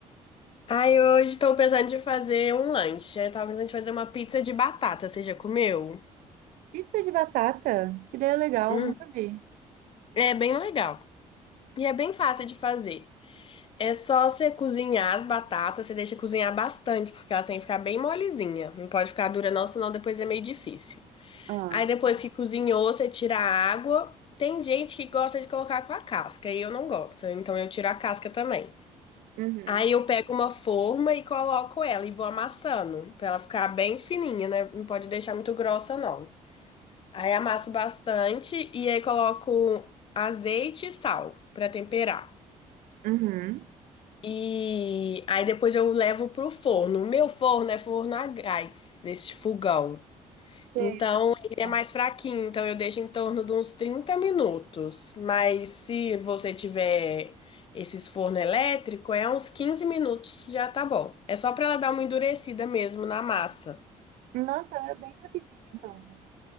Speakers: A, on the left; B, on the right.
A: Ai, hoje estou pensando de fazer um lanche. Eu tava pensando de fazer uma pizza de batata. Você já comeu?
B: Pizza de batata? Que ideia legal,
A: Hum,
B: nunca vi.
A: é bem legal. E é bem fácil de fazer. É só você cozinhar as batatas, você deixa cozinhar bastante, porque elas têm que ficar bem molezinha. Não pode ficar dura não, senão depois é meio difícil.
B: Ah,
A: Aí depois que cozinhou, você tira a água. Tem gente que gosta de colocar com a casca, e eu não gosto, então eu tiro a casca também.
B: uhum,
A: Aí eu pego uma forma e coloco ela e vou amassando, pra ela ficar bem fininha, né? Não pode deixar muito grossa, não. Aí amasso bastante e aí coloco azeite e sal pra temperar.
B: uhum.
A: E aí depois eu levo pro forno. O meu forno é forno a gás, este fogão.
B: Sei,
A: Então,
B: mas
A: ele é
B: é.
A: mais fraquinho, então eu deixo em torno de uns 30 minutos. Mas se você tiver esses forno elétrico, é uns 15 minutos já tá bom. É só para ela dar uma endurecida mesmo na massa.
B: Nossa, ela é bem rapidinho então, né?